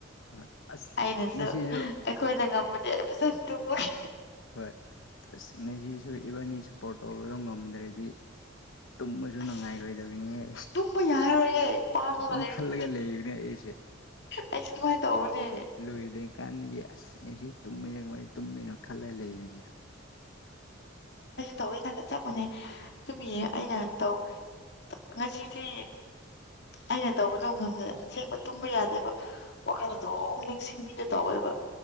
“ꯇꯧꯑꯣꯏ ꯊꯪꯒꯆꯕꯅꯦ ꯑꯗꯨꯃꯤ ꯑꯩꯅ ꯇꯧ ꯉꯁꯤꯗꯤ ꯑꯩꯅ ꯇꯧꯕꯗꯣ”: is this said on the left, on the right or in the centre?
Left